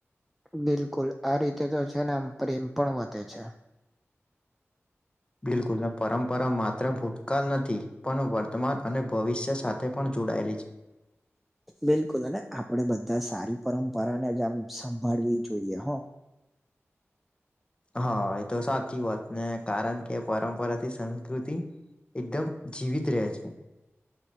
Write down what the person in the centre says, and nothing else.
બિલકુલ આ રીતે તો છે ને આમ પ્રેમ પણ વધે છે.
બિલકુલ અને આપણેે બધા સારી પરંપરાને જ આમ સંભાળવી જોઈએ હ